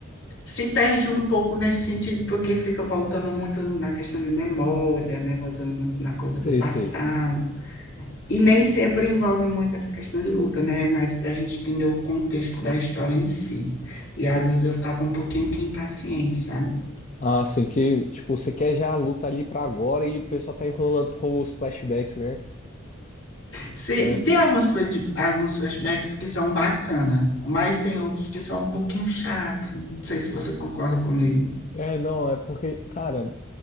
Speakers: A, on the left; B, on the left.
A: se perde um pouco nesse sentido, porque fica voltando muito na questão de memória, né? Voltando muito na coisa do
B: sei,
A: passado.
B: sei.
A: E nem sempre envolve muito essa questão de luta, né? Mas para a gente entender o contexto da história em si. E às vezes eu ficava um pouquinho que impaciente, sabe?
B: Ah, assim, que, tipo, você quer já a luta ali pra agora e o pessoal tá enrolando com os flashbacks, né?
A: Sim,
B: É.
A: tem alguns, feed- alguns flashbacks que são bacana, mas tem outros que são um pouquinho chato. Não sei se você concorda comigo.
B: É, não, é porque, cara,